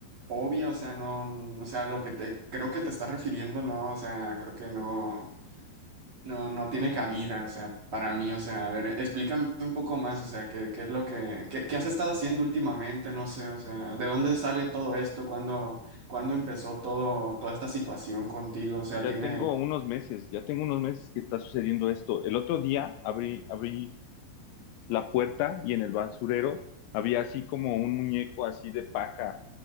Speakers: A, on the right; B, on the left.
A: obvia, o sea, no, o sea, lo que te, creo que te estás refiriendo, no, o sea, creo que no. No, no tiene cabida, o sea, para mí, o sea, a ver, explícame un poco más, o sea, qué, qué es lo que, qué, qué has estado haciendo últimamente, no sé, o sea, ¿de dónde sale todo esto? ¿Cuándo, cuándo empezó todo, toda esta situación contigo? O sea,
B: ya
A: tiene,
B: tengo unos meses, ya tengo unos meses que está sucediendo esto. El otro día abrí, abrí la puerta y en el basurero había así como un muñeco así de paja